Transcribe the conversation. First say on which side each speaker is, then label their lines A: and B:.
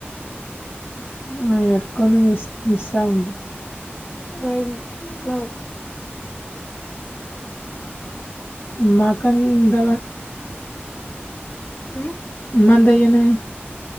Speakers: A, on the left; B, on the left.
A: ആ ഇടക്കൊന്ന് മിസ് മിസ്സ ആവണ്ട്
B: അഞ്ച് <inaudible>
A: മാക്കന്തവ
B: ഏ
A: മന്തയാണ്